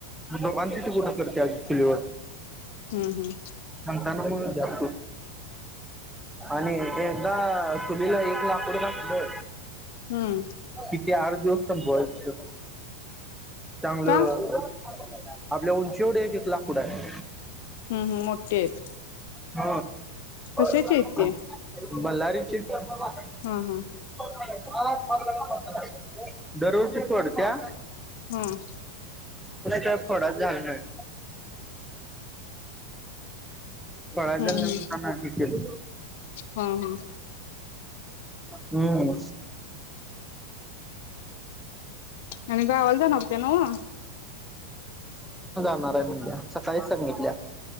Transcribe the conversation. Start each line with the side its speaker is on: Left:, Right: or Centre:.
Centre: <unintelligible> कर त्याच चुलीवर.
Left: हूं हूं
Centre: म्हणताना मग जातो. आणि एकदा चुलीला एक लाकूड घातलं
Left: हम्म
Centre: किती हार देऊ? <unintelligible> चांगलं
Left: का
Centre: आपल्या उंची एवढे एक एक लाकूड हाय.
Left: हं हं, मोठे आहेत.
Centre: ह.
Left: कशाचे
Centre: <inaudible>
Left: आहेत ते
Centre: मल्लारीची. <unintelligible>
Left: हा हा
Centre: <unintelligible> गरू <inaudible> डत्या
Left: हा हम्म
Centre: हा फोडा जा ना <unintelligible> पडायच्या
Left: हम्म
Centre: निमित्तान हे केलं
Left: हा हा
Centre: हम्म
Left: गावाला जाणार होतं नव्ह
Centre: <inaudible> सकाळीच सांगितल्या